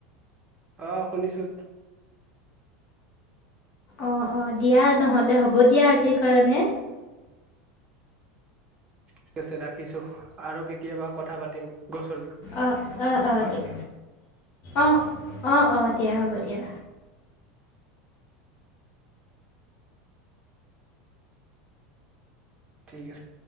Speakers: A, on the right; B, on the left.
A: আহ শুনিছো।
B: অ অ দিয়া নহলে হ'ব দিয়া আজিৰ কাৰণে।
A: ঠিক আছে ৰাখিছো আৰু কেতিয়া কেতিয়াবা কথা পাতিম গছৰ বিষয়ে।
B: অ' অ' অ' দিয়া। অ অ অ দিয়া হ'ব দিয়া।
A: ঠিক আছে।